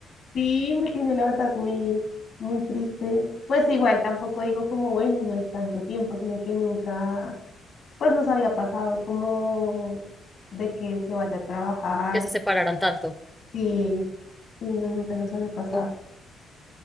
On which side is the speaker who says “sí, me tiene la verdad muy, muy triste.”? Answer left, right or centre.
Left